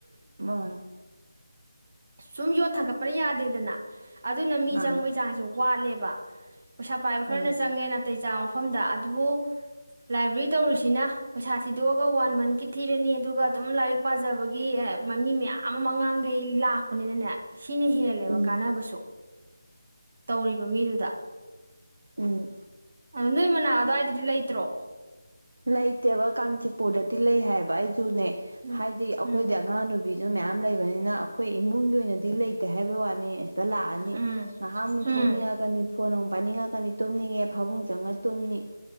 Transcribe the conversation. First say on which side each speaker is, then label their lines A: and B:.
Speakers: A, on the right; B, on the right.
A: ꯑ
B: ꯁꯨꯝ ꯌꯣꯠ ꯊꯥꯡꯒꯠꯄꯅ ꯌꯥꯗꯦꯗꯅ ꯑꯗꯨꯅ ꯃꯤ
A: ꯃꯥꯅꯦ
B: ꯆꯪꯕꯩ ꯆꯥꯡꯁꯨ ꯋꯥꯠꯂꯦꯕ ꯋꯥ ꯄꯩꯁꯥ ꯄꯥꯏꯕ ꯈꯔꯅ
A: ꯎꯝ
B: ꯆꯪꯉꯦ ꯅꯥꯇꯩ ꯆꯥ ꯃꯐꯝꯗ ꯑꯗꯨꯕꯨ ꯂꯥꯏꯕ꯭ꯔꯦꯔꯤ ꯇꯧꯔꯤꯁꯤꯅ ꯄꯩꯁꯥ ꯊꯤꯗꯣꯛꯑꯒ ꯋꯥꯟ ꯃꯟꯠꯀꯤ ꯊꯤꯔꯅꯤ ꯑꯗꯨꯒ ꯑꯗꯨꯝ ꯂꯥꯏꯔꯤꯛ ꯄꯥꯖꯕꯒꯤ ꯃꯃꯤ ꯃꯌꯥꯝ ꯑꯃ ꯑꯉꯥꯡꯈꯩ ꯂꯥꯛ ꯑꯣꯅꯤꯅꯅꯦ ꯁꯤꯅ ꯍꯦꯜꯂꯦꯕ
A: ꯎꯝ
B: ꯀꯥꯟꯅꯕꯁꯨ ꯇꯧꯔꯤꯕ ꯃꯤꯗꯨꯗ
A: ꯎꯝ
B: ꯑ ꯅꯣꯏ ꯃꯅꯥ ꯑꯗꯨꯋꯥꯏꯗꯗꯤ ꯂꯩꯇ ꯀꯇ꯭ꯔꯣ
A: ꯂꯩꯇꯦꯕ ꯀꯥꯟꯆꯤꯄꯨꯔꯗꯗꯤ ꯂꯩ ꯍꯥꯏꯕ ꯑꯩꯁꯨꯅꯦ
B: ꯎꯝ
A: ꯍꯥꯏꯗꯤ ꯑꯩꯈꯣꯏꯗꯤ
B: ꯎꯝ
A: ꯑꯉꯥꯡ ꯅꯨꯕꯤ ꯑꯗꯨ ꯃꯌꯥꯝ ꯂꯩꯕꯅꯤꯅ ꯑꯩꯈꯣꯏ ꯏꯃꯨꯡꯒꯤ ꯑꯣꯏꯅꯗꯤ ꯂꯩ ꯇ ꯍꯥꯏꯕ ꯑꯅꯤ ꯇ ꯂꯥꯛꯑꯅꯤ
B: ꯎꯝ
A: ꯉꯥꯏꯍꯥꯛ ꯑꯃꯨꯛ
B: ꯎꯝ
A: ꯊꯣꯡꯅꯤꯡꯉꯛꯒꯅꯤ ꯐꯣꯟ ꯑꯃꯛ ꯄꯥꯅꯤꯡꯉꯛꯀꯅꯤ ꯇꯨꯝꯅꯤꯡꯉꯦ ꯐꯥꯃꯨꯡ ꯆꯪꯉ ꯇꯨꯝꯅꯤ